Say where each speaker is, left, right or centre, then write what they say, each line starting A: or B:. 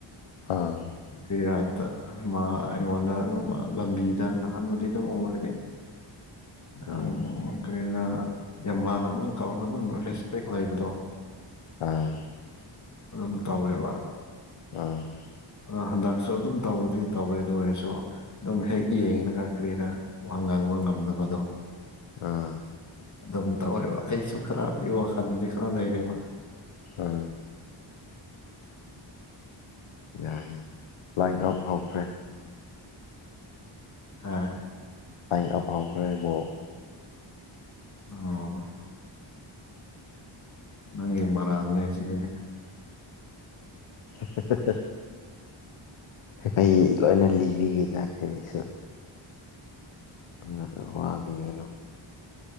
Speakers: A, on the left; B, on the left.
A: ꯑ
B: ꯕꯤꯔꯥꯟꯇ ꯃꯥ ꯑꯩꯉꯣꯟꯗ ꯑꯗꯨꯝ ꯂꯝꯕꯤꯗ ꯅꯥꯍꯟꯕꯨꯗꯤ ꯑꯗꯨꯝ ꯎꯕꯗꯤ ꯑꯡ
A: ꯎꯝ
B: ꯀꯔꯤꯔꯥ ꯌꯥꯝ ꯃꯥꯥꯟꯅ ꯑꯗꯨꯝ ꯀꯧꯔꯒ ꯑꯗꯨꯝ ꯔꯦꯁꯄꯦꯛ ꯑꯣꯏꯕꯗꯣ
A: ꯑ
B: ꯑꯗꯨꯝ ꯇꯧꯋꯦꯕ
A: ꯑ
B: ꯑ ꯍꯟꯗꯛꯁꯨ ꯑꯗꯨꯝ ꯇꯧꯕꯗꯤ ꯇꯧꯋꯦ ꯑꯗꯨ ꯑꯣꯏꯔꯁꯨ ꯑꯗꯨꯝ ꯍꯦꯛ ꯌꯦꯡꯔꯒ ꯀꯔꯤꯔꯥ ꯋꯥ ꯉꯥꯡꯕ ꯉꯝꯗꯕꯗꯣ
A: ꯑ
B: ꯑꯗꯨꯝ ꯇꯧꯋꯦꯕ ꯑꯩꯁꯨ ꯈꯔꯕꯨꯗꯤ ꯋꯥꯈꯟꯗꯗꯤ ꯈꯔ ꯂꯩꯔꯦꯕ
A: ꯑꯥ ꯌꯥꯏꯌꯦ ꯂꯥꯏꯟ ꯑꯞ ꯍꯧꯈ꯭ꯔꯦ
B: ꯑꯥ
A: ꯌꯥꯝ ꯐꯥꯎꯈ꯭ꯔꯦꯕꯣ
B: ꯑꯧ ꯅꯣꯏꯒꯤ ꯃꯔꯥꯟꯅꯦ ꯁꯤꯗꯤ
A: ꯍꯦ ꯍꯦ ꯑꯦ ꯑꯩ ꯂꯣꯏꯅ ꯂꯤꯕꯤꯒꯦꯗ ꯀꯔꯤꯁꯨ ꯀꯅꯥꯅ ꯋꯥꯕꯤꯒꯅꯨ